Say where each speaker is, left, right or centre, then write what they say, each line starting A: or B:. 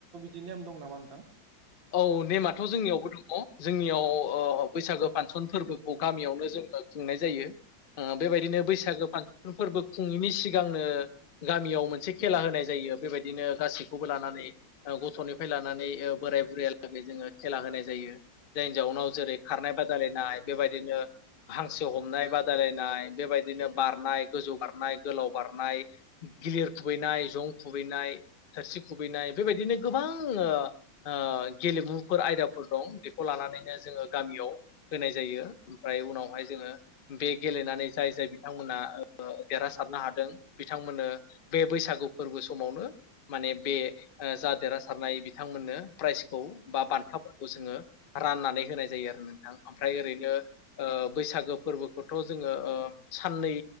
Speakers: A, on the right; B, on the left.
A: दि नेम दं नामा नोंथां?
B: औ नेमाथ जोंनियावबो दङ। जोंनियाव ओ बैसागो फासन फोरबोखौ गामियावनो जोङो खुंनाय जायो। ओ बेबायदिनो बैसागो फासन फोरबो खुङैनि सिगांनो गामियाव मोनसे खेला होनाय जायो। बेबायदिनो गासैखौबो लानानै ओ गथ' निफ्राय लानानै ओ बोराय बुरैयालागै जोङो खेला होनाय जायो। देन जाउनाव जेरै खारनाय बादायलायनाय बेबायदिनो हांसो हमनाय बादायलायनाय बेबायदिनो बारनाय गोजौ बारनाय गोलाव बारनाय गिलिर खुबैनाय जं खुबैनाय थोरसि खुबैनाय बेबायदिनो गोबां ओ ओ गेलेमुफोर आयदाफोर दं। बेखौ लानानैनो जोङो गामियाव होनाय जायो। ओमफ्राय उनावहाय जोङो बे गेलेनानै जाय जाय बिथांमोना ओ देरहासारनो हादों बिथांमोननो बे बैसागु फोरबो समावनो माने बे ओ जा देरहासारनाय बिथांमोननो प्राइजखौ बा बान्थाफोरखौ जोङो राननानै होनाय जायो आरो नोंथां। ओमफ्राय ओरैनो ओ बैसागो फोरबोखौथ' जोङो ओ साननैै